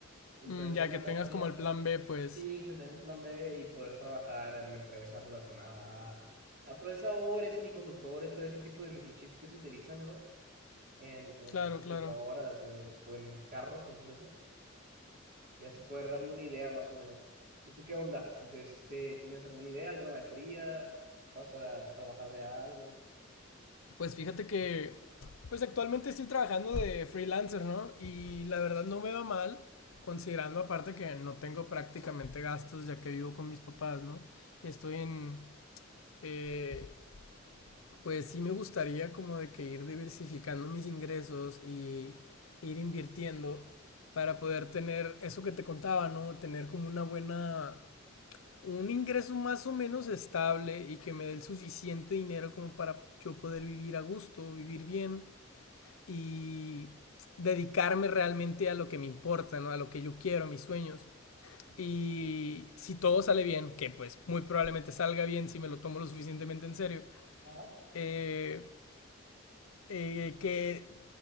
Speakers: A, on the right; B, on the left.
A: Entonces,
B: Mm, Ya
A: una
B: que
A: maestría,
B: tengas como el plan B, pues...
A: sí, tener un plan B y poder trabajar en una empresa relacionada a, a procesadores, semiconductores, todo este tipo de microchips que se utilizan, ¿no? en, en
B: Claro,
A: computadoras
B: claro.
A: o en, o en carros incluso, y así poder darme una idea más o menos. ¿Y tú qué onda? De Este, ¿tienes alguna idea, alguna maestría? ¿Vas a trabajar de algo?
B: Pues fíjate que... Pues actualmente estoy trabajando de freelancer, ¿no? Y la verdad no me va mal, considerando aparte que no tengo prácticamente gastos ya que vivo con mis papás, ¿no? Y estoy en... eh, Pues sí me gustaría como de que ir diversificando mis ingresos y ir invirtiendo para poder tener eso que te contaba, ¿no? Tener como una buena, un ingreso más o menos estable y que me dé el suficiente dinero como para yo poder vivir a gusto, vivir bien y dedicarme realmente a lo que me importa, ¿no? A lo que yo quiero, a mis sueños. Y si todo sale bien, que pues muy probablemente salga bien si me lo tomo lo suficientemente en serio,
A: Ajá,
B: eh, eh, que